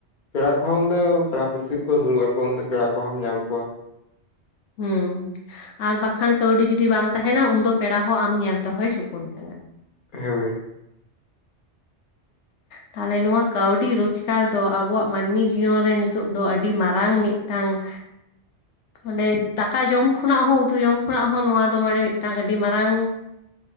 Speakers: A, on the left; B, on the left.
A: ᱯᱮᱲᱟ ᱠᱚᱦᱚᱸ ᱩᱱ ᱫᱚ ᱯᱮᱲᱟ ᱯᱩᱲᱥᱤ ᱠᱚ ᱥᱩᱨᱩᱜ ᱟᱠᱚ ᱩᱱᱫᱚ ᱯᱮᱲᱟ ᱠᱚᱦᱚᱸᱢ ᱧᱟᱢ ᱠᱚᱣᱟ
B: ᱦᱩᱸ ᱟᱨ ᱵᱟᱠᱷᱟᱱ ᱠᱟᱹᱣᱰᱤ ᱡᱩᱫᱤ ᱵᱟᱝ ᱛᱟᱦᱮᱱᱟ ᱩᱱᱫᱚ ᱯᱮᱲᱟ ᱦᱚᱸ ᱟᱢ ᱧᱮᱞ ᱛᱮᱦᱚᱭ ᱪᱩᱠᱩᱱ ᱠᱟᱱᱟ
A: ᱦᱳᱭ
B: ᱛᱟᱦᱚᱞᱮ ᱱᱚᱣᱟ ᱠᱟᱹᱣᱰᱤ ᱨᱳᱡᱽᱜᱟᱨ ᱫᱚ ᱟᱵᱚᱣᱟᱜ ᱢᱟᱹᱱᱢᱤ ᱡᱤᱭᱚᱱ ᱨᱮ ᱱᱤᱛᱚᱜ ᱫᱚ ᱟᱹᱰᱤ ᱢᱟᱨᱟᱝ ᱢᱤᱫᱴᱟᱝ <inaudible> ᱢᱟᱱᱮ ᱫᱟᱠᱟ ᱡᱚᱢ ᱠᱷᱚᱱᱟᱜ ᱦᱚᱸ ᱩᱛᱩ ᱡᱚᱢ ᱠᱷᱚᱱᱟᱜ ᱦᱚᱸ ᱱᱚᱣᱟ ᱫᱚ ᱢᱟᱱᱮ ᱢᱤᱫᱴᱟᱝ ᱟᱹᱰᱤ ᱢᱟᱨᱟᱝ